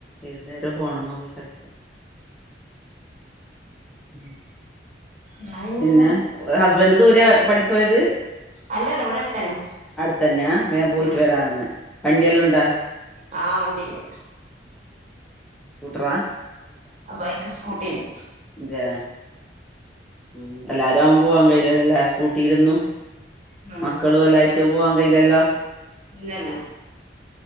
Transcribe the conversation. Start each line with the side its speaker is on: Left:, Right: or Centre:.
Centre: ഏതുന്നേരം ഫോണ് നോക്കി കളിക ഉം
Right: ന്നാ പിന്നെന്താ
Centre: പിന്നെ ഹസ്ബൻഡ് ദൂരെയാ പണിക്ക് പോയത്
Right: അല്ലല്ല ഇവിടെ അടുത്തന്നെ
Centre: അടുത്തന്നെയാ വേം പോയിട്ട്
Right: ഉം
Centre: വരാന്ന് വണ്ടിയെല്ലുണ്ടാ
Right: ഉം ഉം ആഹ് വണ്ടിണ്ട്,
Centre: സ്കൂട്ടറാ
Right: ആഹ് ബൈക്ക് സ്കൂട്ടീല്
Centre: അതെ ഉം എല്ലാരും ആവുമ്പ പോവാൻ കഴയില്ലല്ലലേ സ്‌കൂട്ടിലു ന്നു
Right: ഉം
Centre: മക്കളും എല്ലായിട്ട് പോവാൻ കയ്യിലല്ല
Right: ഇല്ലല്ല